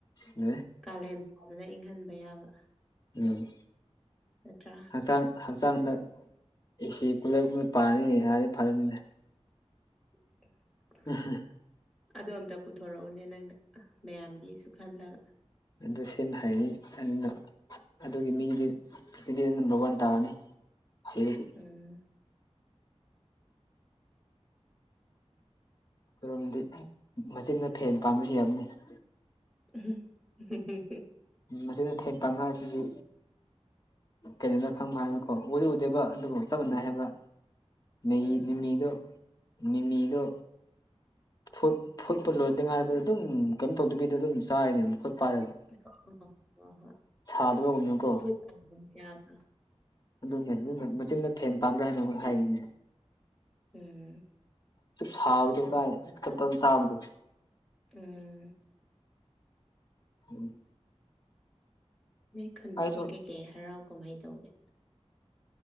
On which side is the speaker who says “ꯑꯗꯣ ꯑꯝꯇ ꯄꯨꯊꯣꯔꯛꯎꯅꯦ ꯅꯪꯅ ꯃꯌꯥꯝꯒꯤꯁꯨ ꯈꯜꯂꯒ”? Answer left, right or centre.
Centre